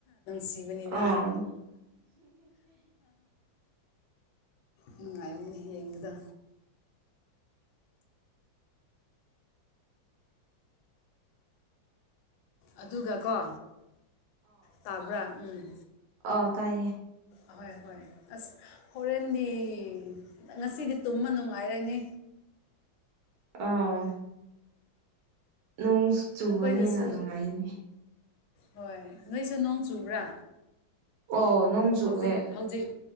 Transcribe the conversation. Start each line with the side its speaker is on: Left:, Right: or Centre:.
Left: ꯁꯤꯕꯅꯤꯗ
Right: ꯑꯥ
Left: ꯅꯨꯡꯉꯥꯏꯕꯅꯦ ꯌꯦꯡꯕꯗ ꯑꯗꯨꯒꯀꯣ ꯇꯥꯕ꯭ꯔꯥ ꯎꯝ
Right: ꯑꯥ ꯇꯥꯏꯌꯦ
Left: ꯑꯍꯣꯏ ꯍꯣꯏ ꯑꯁ ꯍꯣꯔꯦꯟꯗꯤ ꯉꯁꯤꯗꯤ ꯇꯨꯝꯃ ꯅꯨꯡꯉꯥꯏꯔꯅꯤ
Right: ꯑꯥ ꯅꯣꯡꯁꯨ ꯆꯨꯕꯅꯦꯅ
Left: ꯅꯈꯣꯏꯗꯁꯨ
Right: ꯅꯨꯡꯉꯥꯏꯅꯤ
Left: ꯍꯣꯏ ꯅꯣꯏꯁꯨ ꯅꯣꯡ ꯆꯨꯕ꯭ꯔꯥ
Right: ꯑꯣ ꯅꯣꯡ ꯆꯨꯋꯦ
Left: ꯍꯧꯖꯤꯛ ꯍꯧꯖꯤꯛ